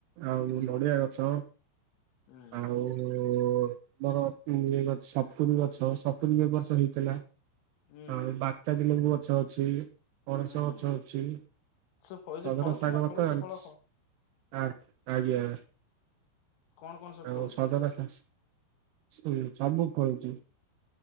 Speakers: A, on the right (about 75°); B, on the left (about 80°).
A: ଆଉ
B: ହୁଁ
A: ନଡିଆ ଗଛ
B: ହୁଁ
A: ଆଉ ଆମର ଉଁ ଇଏ ଗଛ୍ ସପୁରୀ ଗଛ ସପୁରୀ ବି ଏ ବର୍ଷ ହେଇଥେଲା।
B: ହୁଁ
A: ଆଁ ବାତାଜି ଲେମ୍ବୁ ଗଛ ଅଛି। ପଣସ
B: ହୁଁ।
A: ଗଛ ଅଛି
B: ସବୁ ଫ ଏ
A: ସଜନା
B: ଯୋଉ ଫଳୁଛି
A: ଶାଗ
B: ନା ଫଳୁଛି
A: ଗଛ ଆଣିଛି।
B: ଫଳ କଣ
A: ଆଡ୍ ଆଜ୍ଞା।
B: କଣ କଣ ସବୁ
A: ଆଉ
B: ଫଳୁଛି?
A: ସଜନା ଶା ସ୍ <unintelligible> ସବୁ ଫଳୁଚି।